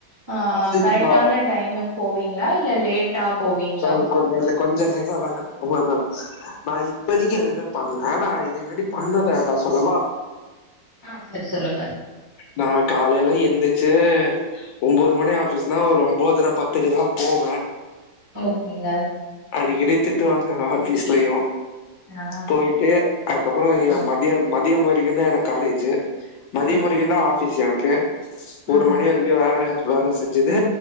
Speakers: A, on the right; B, on the left.
A: ஆ
B: ஆஃபீஸ்
A: கரெக்டான
B: நான்
A: டைமுக்கு போவீங்களா இல்ல லேட்டா போவீங்களா
B: சாரி கொஞ்சோ இல்ல கொஞ்சோ லேட்டா தான்ங்க போவேன் நானு நா இப்பதைக்கு எதுவுமே பண்ணல ஆனா இது முன்னாடி பண்ணத நா சொல்லவா
A: ஆ சரி சொல்லுங்க
B: நா காலைல எந்துச்சு ஒம்போது மணி ஆபீஸ்னா ஒரு ஒன்போதுர பத்துக்கு தா போவே
A: ஓகேங்க
B: அடிக்கடி திட்டுவாங்க ஆஃபீஸ்லையு
A: ஆஹ்
B: போயி ட்டு அதுக்கப்பறம் என்
A: ஆஹ்
B: மதியம் மதியம் வரைக்கும்ந்தா எனக்கு காலேஜு மதியம்
A: ஓகேங்க
B: வரைக்கு தா ஆஃபீஸ்ஸு எனக்கு ஒரு
A: ஆஹ்
B: மணி வரைக்கு வேல வேல செஞ்சது